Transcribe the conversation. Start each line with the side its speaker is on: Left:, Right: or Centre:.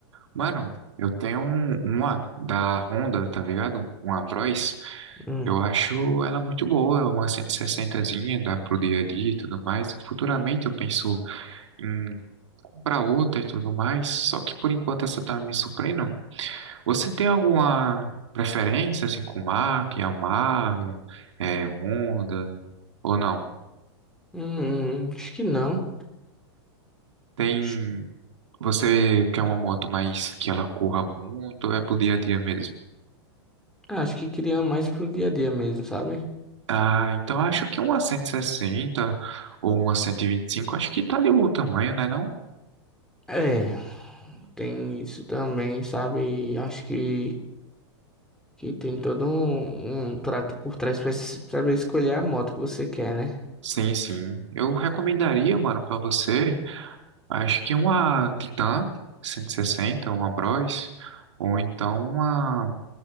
Right: Mano, eu tenho um, uma da Honda, tá ligado? Uma Bros.
Centre: Hum.
Right: Eu acho ela muito boa, uma 160zinha, dá pro dia a dia e tudo mais. Futuramente eu penso em comprar outra e tudo mais, só que por enquanto essa tá me suprindo. Você tem alguma preferência, assim, com marca, Yamaha, é, Honda, ou não?
Centre: Hum, acho que não.
Right: Tem
Centre: Acho,
Right: Você quer uma moto mais que ela corra muito ou é pro dia a dia mesmo?
Centre: acho que queria mais pro dia a dia mesmo, sabe?
Right: Ah, então acho que uma 160 ou uma 125 acho que tá ali o tamanho, né, não?
Centre: É. Tem isso também, sabe? E Acho que, que tem todo um, um trato por trás pra se- saber escolher a moto que você quer, né?
Right: Sim, sim. Eu recomendaria, mano, pra você, acho que uma Titan 160, uma Bros, ou então uma